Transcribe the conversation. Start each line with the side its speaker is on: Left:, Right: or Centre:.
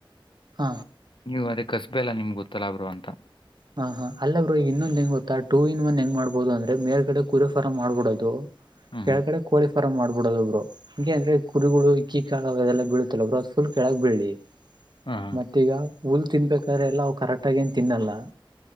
Right: ಹ
Left: ನೀವು ಅದ ಕಸಬೆಲ್ಲ ನಿಮ್ಗೆ ಗೊತ್ತಲಬ್ರು ಅಂತ
Right: ಹಾ ಹಾ ಅಲ್ಲಬ್ರು ಇನ್ನೊಹೆಂಗ್ ಗೊತ್ತಾಡ್ ಟೂ ಇನ್ ಒನ್ ಹೆಂಗ್ ಮಾಡ್ಬಹುದು ಅಂದ್ರೆ ಮೇಲ್ ಕಡೆ ಗುರುಫಾರ್ ಮಾಡ್ಬಿಡೋದು
Left: ಹ್ಮ್
Right: ಕೆಳಗಡೆ
Left: ಹ್ಮ್
Right: ಕ್ಲಫೈ ಪಾರ ಮಾಡಬ ಬಿಡೋದ ಒಬ್ರು ಹೀಂ ಅಂದ್ರೆ ಕುರಿಗಳು ಇಕ್ಕಿ ಕಾಳದೆಲ್ಲ ಬೀಳುತ್ತಲೊಬ್ರು ಅ ಫುಲ್ ಕೆೇಳಕ್ ಬೀಳ್ಳಿ
Left: ಹ್ಮ್
Right: ಮತ್ತ ಈಗ ಹುಲ್ ತಿನ್ಬೇಕಾದ್ರೆ ಎಲ್ಲವು ಕರೆಕ್ಟ್ ಆಗ ಏನ್ ತಿನ್ನಲ್ಲ